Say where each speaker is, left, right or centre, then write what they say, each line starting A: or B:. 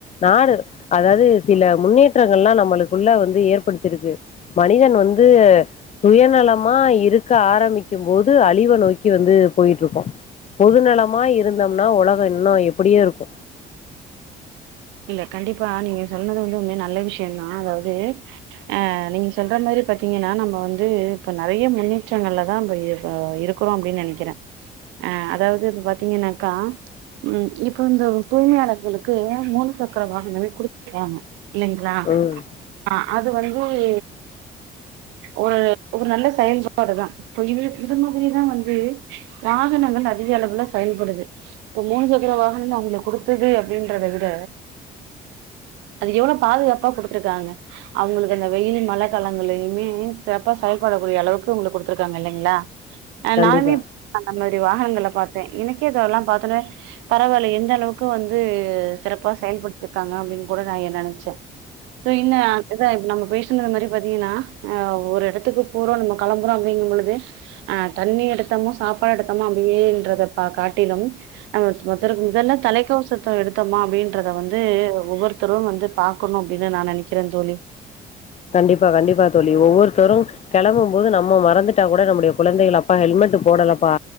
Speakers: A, on the left (about 40°); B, on the right (about 80°).
A: நாடு அதாவது சில முன்னேற்றங்கள்லா நம்மளுக்குள்ள வந்து ஏற்படுத்திருக்கு மனிதன் வந்து சுயநலமா இருக்க ஆரம்பி க்கிம்போது அழிவ நோக்கி வந்து போயிட்ருக்கோ பொது நலமா இருந்தம்னா உலகொ இன்னு எப்பிடியு இருக்கு
B: இல்ல கண்டிப்பா நீங்க சொன்னது வந்து ஒமே நல்ல விஷ்யந்தா அதாவது அஹ் நீங்க சொல்ற மாரி பாத்தீங்கன்னா நம்ம வந்து இப்ப நறைய முன்னேற்றங்கள்லதா இப்ப இர் இருக்கறோ அப்டின் நெனைக்கிறே அ அதாவ்து இப்ப பாத்தீங்கன்னாக்கா உம் இப்ப இந்த தூய்மையாளர்களுக்கு மூணு சக்கர வாகனமே குடு <inaudible> இல்லைங்ளா
A: ம்
B: அ அது வந் ஒரு ஒரு ஒரு நல்ல செயல்பாடு தா இப்ப இது இது மாதிரிதா வந்து வாகனங்கள் அதிக அளவுல செயல்படுது இப்ப மூணு சக்கர வாகனமே அவுங்களுக் குடுத் த்தது அப்படின்றத விட அது எவ்ளோ பாதுகாப்பா குடுத்துருக்காங்க அவுங்களுக்கு அந்த வெயில் மழ காலங்களையுமே சிறப்பா செயல்படக்கூடிய அளவுக்கு அவுங்களுக் குடுத்துருக்காங்க இல்லைங்ளா அ
A: கண்டிப்பா
B: நானுமேப் அந்த மாரி வாகனங்கள பாத்தே எனக்கே அதவு எல்லா பாத்தொனே பரவால்ல எந்த அளவுக் ப்ப வந்து சிறப்பா செயல்படுத்திருக்காங்க அப்டின் கூட நா எ நெனைச்சே து இன்னு அததா இப்ப நம்ம பேச சின்னது மாரி பாத்தீங்கன்னா அ ஒரு எடத்துக்கு போறோ நம்ம களம்பறோ அப்டிங்கும் பொழுது அ தண்ணி எடுத்தமோ சாப்பாடெத்தமா அப்டியேன்றத ப காட்டிலும் <unintelligible> முதல்ல தலைக் த்தோசத்த எடுத்தமா அப்டின்றத வந்து ஒவ்வொருத்தரு வந்து பாக்கணு அப்டினு நா நெனைக்கிறந் தோழி
A: கண்டிப்பா கண்டிப்பா தோழி ஒவ்வொருத்தரு கெளம்பும் போது நம்ம மறந்துட்டா கூட நம்முடைய குழந்தைகள் அப்பா ஹெல்மெட்டு போடலப்பா